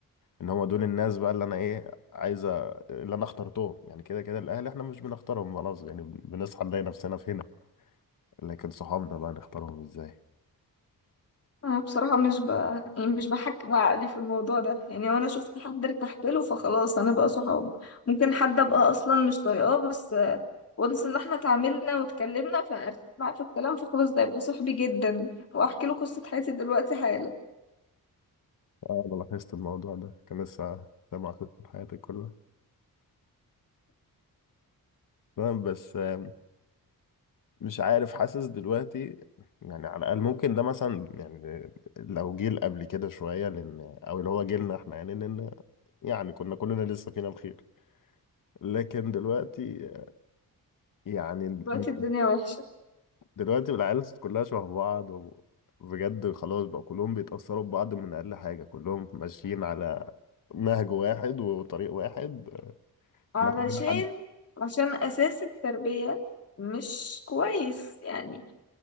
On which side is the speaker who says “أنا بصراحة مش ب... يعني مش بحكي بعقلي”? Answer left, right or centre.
Left